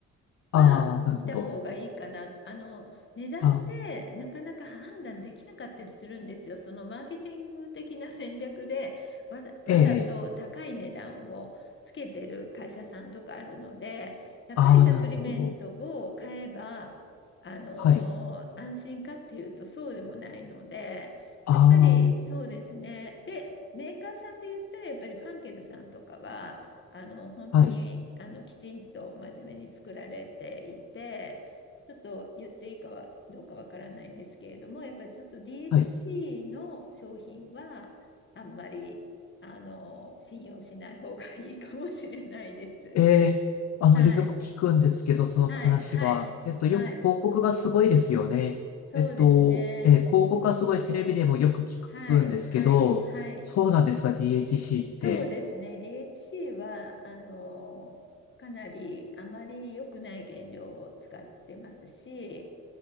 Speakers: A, on the left; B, on the left.
A: ああ、
B: は見た方がいいかな。
A: なるほど。
B: あの、値段でなかなか判断できなかったりするんですよ。
A: あー、
B: そのマーケティング的な戦略でわざ、わざと高い値段をつけてる会社さんとかあるので、
A: ええ、
B: 高いサプリメントを買えば、
A: ああ、なるほど。
B: あの安心かっていうとそうでもないので、
A: はい。
B: やっぱりそうですね。
A: あ
B: で、メーカーさんで言ったらやっぱりファンケルさんとかは、あの本当にあのきちんと真面目に作られていてちょっと言っていいかはどうかわからないんですけれどもやっぱりちょっと
A: あ、はい、
B: DHC
A: はい。
B: の商品はあんまりあの信用しない方がいいかもしれないです。
A: ええ、あの、
B: はい、
A: よく聞くんですけど、その話は。
B: はい、はい、
A: えっと、
B: はい、
A: よく広告がすごいですよね。
B: そうですね。
A: えっと、えー広告がすごいテレビでもよく聞くんですけど、
B: はい、はい、はい。
A: そうなんですか、DHC
B: そうですね。
A: って。
B: DHC は、あの、かなりあまり良くない原料を使ってますし、